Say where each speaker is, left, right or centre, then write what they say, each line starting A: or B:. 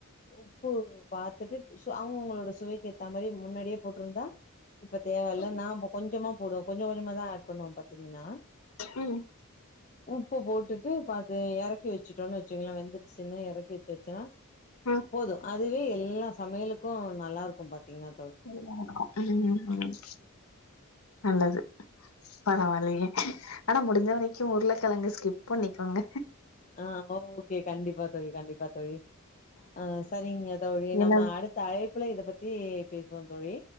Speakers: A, on the left; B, on the left.
A: உப்பு பாத்துட்டு அவங்கவுங்களோட சுவைக்கு ஏத்த மாரி முன்னாடியே போட்ருந்தா இப்ப தேவ இல்ல
B: ம்,
A: நா கொஞ்சமா போடு கொஞ்ச கொஞ்சமாதா ஆட் பண்ணுவோ பாத்தீங்கன்னா
B: ம்
A: உப்பு போட்டுட்டு பாத்து எறக்கி வச்சுட்டோன்னு வச்சுங்களே வெந்துசுனு எறக்கி வச்சு வச்சோனா
B: ம்.
A: போது அதுவே எல்லா சமையலுக்கு நல்லாருக்கும் பாத்தீங்கனா
B: ம் ம் ம் நல்லது பரவால்லியே ஆனா முடிஞ்ச வரைக்கு உருளக்கெழங்கு ஸ்கிப் பண்ணிக்கோங்க
A: ஆ ஓகே கண்டிப்பா தோழி கண்டிப்பா தோழி ஆ சரிங்க தோழி
B: என்ன
A: நம்ம அடுத் த அழைப்புல இத பத்தி பேசுவோ தோழி